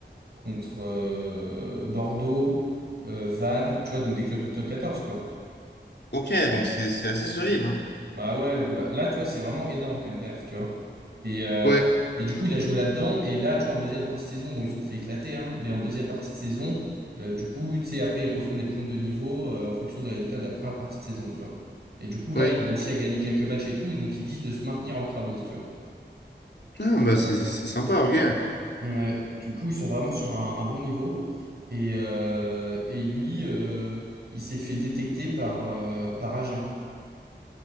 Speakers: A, on the right (about 60°); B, on the left (about 65°).
A: contre euh, Bordeaux, euh, Vannes, tu vois, donc des clubs de top 14, quoi.
B: OK, donc c'est c'est assez solide, hein.
A: Bah ouais, bah là, tu vois, c'est vraiment énorme comme perf, tu vois. Et, euh,
B: Ouais,
A: et du coup, il a joué là-dedans. Et là, tu vois, en deuxième partie de saison, bon, ils se sont fait éclater, hein, mais en deuxième partie de saison, euh, du coup, tu sais, après, ils refont des poules de niveau euh, en fonction des résultats de la première partie de saison, tu vois. Et du coup, là,
B: ouais.
A: ils ont réussi à gagner quelques matchs et tout, et donc ils visent de se maintenir en Crabos, tu vois.
B: Ah, bah c'est c'est sympa, ok.
A: Ouais, du coup, ils sont vraiment sur un, un bon niveau. Et, euh, et lui, euh, il s'est fait détecter par, euh, par Agen.